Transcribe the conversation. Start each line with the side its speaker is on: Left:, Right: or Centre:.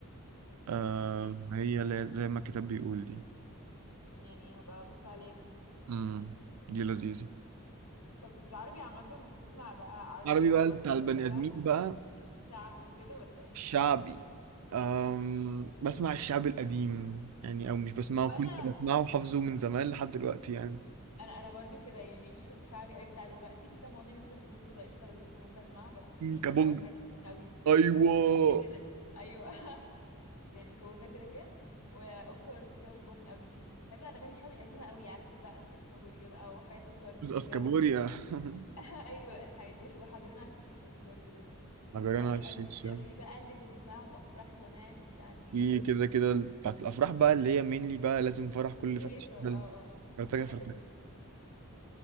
Right: آه
Left: ايه بقى؟
Right: هي اللي هي زي ما الكتاب بيقول دي
Left: يعني هبقى ابص عليها
Right: امم دي لذيذه
Left: طب في العربي عامة بتسمع بقى عربي
Right: عربي
Left: اللي هو
Right: بقى
Left: المصري
Right: بتاع البني
Left: بقى
Right: آدمين بقى
Left: الشعبي وكده ولا ايه؟
Right: شعبي أم بسمع الشعب القديم يعني أو مش بسمعه
Left: وانا
Right: كنت بسمعه وحافظه من زمان لحد دلوقتي يعني
Left: انا انا برضو كده يعني ماليش في الشعبي قوي بتاع دلوقتي في كام اغنيه ممكن في النص تبقى قشطه لذيذه فممكن اسمعها بس
Right: مم،
Left: مينلي
Right: كابونجا
Left: اللي هو الحاجات القديمه قوي
Right: ايوه
Left: كده كده ايوه <laughs> يعني كونجا كده كده واوكا وارتيجا بحبهم قوي بحب بقى الاغاني الشعبي القديمه قوي عارف بقى اساس كابوريا بقى وحاجات اوكا وارتيجا
Right: بس اسكابوريا <laughs>
Left: <laughs> ايوه الحاجات وش- وحجرين على الشيشه دي برضو لذيذه
Right: مجرنا
Left: الحاجات القديمه
Right: الشيش شام.
Left: قوي بقى اللي كنا بنسمعها في افراح زمان وبتاع دي
Right: في
Left: الحاجات
Right: كده
Left: دي بحبها
Right: كده بتاعت الافراح بقى اللي هي مينلي بقى لازم فرح كل
Left: الهيصه
Right: فرح تشتغل
Left: اه اه آه.
Right: فرتكه
Left: بحب
Right: فرتكه
Left: الهيصه بصراحه